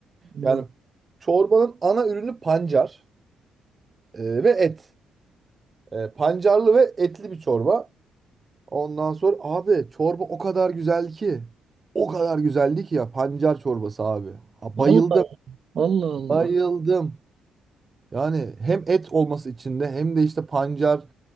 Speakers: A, on the right; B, on the right.
A: <laughs>
B: Yani
A: Yok.
B: çorbanın ana ürünü pancar e, ve et. E, pancarlı ve etli bir çorba. Ondan sonra abi çorba o kadar güzel ki. O kadar güzeldi ki ya pancar çorbası abi. Ha,
A: Allah
B: bayıldım,
A: Allah
B: bayıldım.
A: Allah.
B: Yani hem et olması içinde hem de işte pancar.